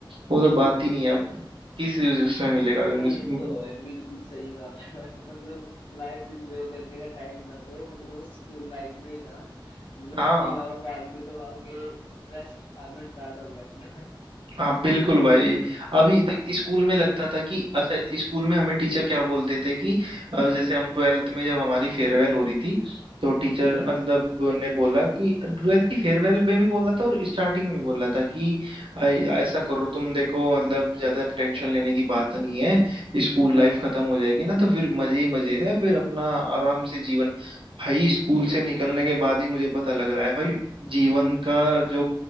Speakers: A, on the right (about 80°); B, on the left (about 75°).
A: वो तो बात ही नहीं है अब किस उसमें मिलेगा अभी
B: हाँ ये
A: मुझे
B: तो है बिल्कुल सही बात है <laughs> मतलब लाइफ एंजॉय करने का टाइम था जो मतलब वो स्कूल लाइफ में ही था मतलब
A: हाँ
B: उसके अलावा बाद में तो आगे स्ट्रेस आना स्टार्ट हो गया अपना
A: हाँ बिल्कुल भाई अभी देख स्कूल में लगता था कि अच्छा स्कूल में हमें टीचर क्या बोलते थे कि अ, जैसे हम ट्वेल्थ में जब हमारी फेयरवेल हो रही थी तो टीचर मतलब ने
B: <laughs>
A: बोला कि ट्वेल्थ की फेयरवेल में भी बोला था और स्टार्टिंग में भी बोला था कि अ, ऐसा करो तुम देखो मतलब ज्यादा टेंशन लेने की बात नहीं है स्कूल लाइफ खत्म हो जाएगी ना तो फिर मजे ही मजे है फिर अपना आराम से जीवन भाई स्कूल से निकलने के बाद ही मुझे पता लग रहा है भाई जीवन का जो